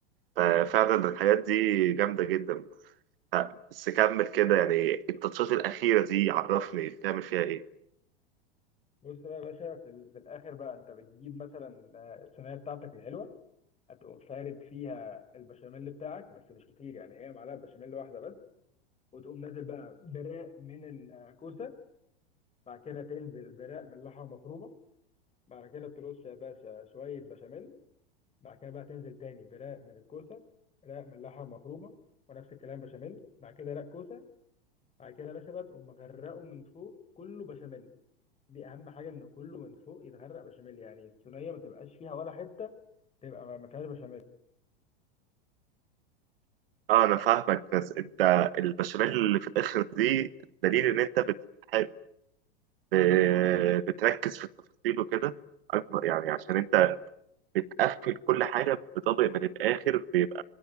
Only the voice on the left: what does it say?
بص بقى يا باشا في, ال... في الاخر بقى انت بتجيب مثلا آه، الصينيه بتاعتك الحلوه هتقوم فارد فيها البشاميل بتاعك بس مش كتير يعني هي معلقه بشاميل واحده بس وتقوم نازل بقى براق من الكوسه بعد كده تنزل براق من اللحمه المفرومه بعد كده ترش يا باشا شويه بشاميل بعد كده بقى تنزل تاني برق من الكوسه رق من اللحمه المفرومه ونفس الكلام بشاميل بعد كده رق كوسه بعد كده يا باشا بقى تقوم مغرقه من فوق كله بشاميل دي اهم حاجه ان كله من فوق يتغرق بشاميل يعني الصينيه ما تبقاش فيها ولا حته تبقى ما ما فيهاش بشاميل